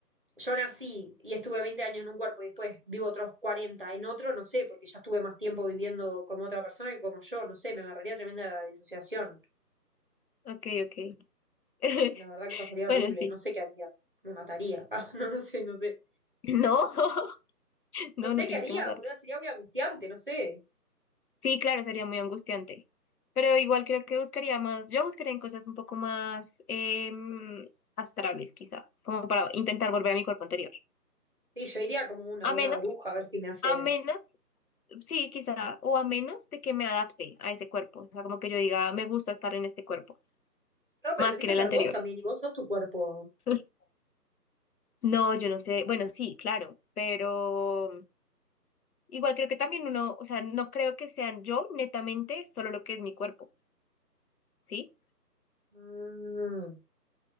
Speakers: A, on the right; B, on the left.
A: yo nací y estuve 20 años en un cuerpo y después vivo otros 40 en otro, no sé, porque ya estuve más tiempo viviendo como otra persona que como yo. No sé, me agarraría tremenda disociación.
B: Ok, ok. <laughs>
A: La verdad que pasaría
B: Bueno,
A: horrible.
B: sí.
A: No sé qué haría. Me mataría. <laughs> Ah, no, no sé, no sé.
B: No, <laughs> no,
A: No sé
B: no tienes
A: qué haría,
B: que matarlo.
A: boluda. Sería muy angustiante, no sé.
B: Sí, claro, sería muy angustiante. Pero igual creo que buscaría más, yo buscaría en cosas un poco más em, astrales, quizá, como para intentar volver a mi cuerpo anterior.
A: Sí, yo iría como una,
B: A
A: una
B: menos,
A: bruja a ver si me hace.
B: a menos, sí, quizá, o a menos de que me adapte a ese cuerpo. O sea, como que yo diga, me gusta estar en este cuerpo,
A: No, pero
B: más
A: tenés
B: que
A: que
B: en el
A: ser
B: anterior.
A: vos también y vos sos tu cuerpo.
B: <laughs> No, yo no sé. Bueno, sí, claro, pero igual creo que también uno, o sea, no creo que sean yo netamente solo lo que es mi cuerpo, ¿sí?
A: Mm,